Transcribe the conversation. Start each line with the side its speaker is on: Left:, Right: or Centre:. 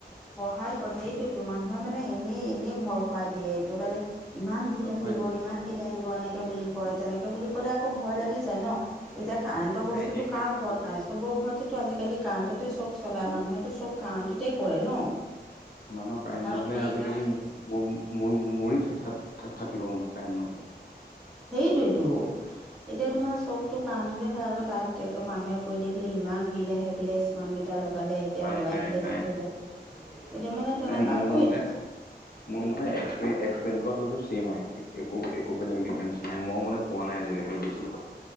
Centre: বঢ়াই কয় সেইটোৱেতো, মানুহে মানে এনেই এনেই ভয় খুৱাই দিয়ে একেবাৰে ইমান
Left: ভয়
Centre: বিল আহিব
Left: খুৱাই দিয়ে
Centre: ইমান বিল আহিব এনেকে বুলি কয় তেনেকে বুলি ক'লে আকৌ ভয় লাগি যায় ন। এতিয়া কাৰেণ্টৰ
Left: নাই
Centre: বস্তুতটো
Left: এনেই কয়
Centre: কাৰ ঘৰত নাই। চবৰ ঘৰতেতো আজিকালি কাৰেণ্টতে চব চলায় মানুহেতো চব কাৰেণ্টতেই কৰে ন।
Left: মানুহ কাৰেং
Centre: আৰু
Left: নহ'লে
Centre: তোমাৰ
Left: আজিকালি
Centre: ইমান
Left: মম মম মৰি থঠ থাকিব মানুহ কাৰেং নহ'লে।
Centre: সেইটোৱেটো এতিয়া তোমাৰ চবটো কাৰণ্টতে হয় আকৌ তাত একো মানুহে কৈ দিয়ে বোলে ইমান বিল আহে বোলে স্মাৰ্ট মি এতিয়া লগালে এতিয়া
Left: নাই
Centre: লগাই
Left: নাই
Centre: দিলে
Left: নাই
Centre: যেতিয়া
Left: নাই
Centre: এতিয়া মানে
Left: নাই
Centre: তেনেকা
Left: মোৰ
Centre: কৰি
Left: মানে
Centre: দিয়া।
Left: মোৰ মানে একয়েঞ্চৰ সোপা কৈছোঁ চেম আহে একো একো বেলেগ ডিফাৰেন্ঞ্চ নাই মই মানে পোৱা নাই আজিলৈকে বেছি।